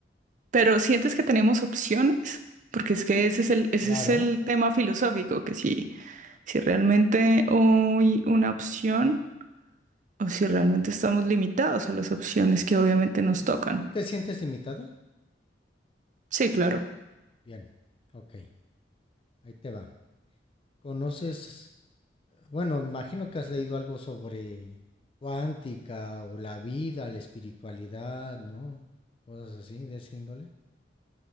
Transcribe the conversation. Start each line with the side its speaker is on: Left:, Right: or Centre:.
Right: pero ¿sientes que tenemos opciones? Porque es que ese es el, ese
Left: Claro.
Right: es el tema filosófico, que si, si realmente hay una opción... o si realmente estamos limitados a las opciones que obviamente nos
Left: ¿Tú,
Right: tocan.
Left: tú te sientes limitada?
Right: Sí, claro.
Left: Bien. Ok. Ahí te va. ¿Conoces? Bueno, imagino que has leído algo sobre cuántica o la vida, la espiritualidad, ¿no? Cosas así de ese índole.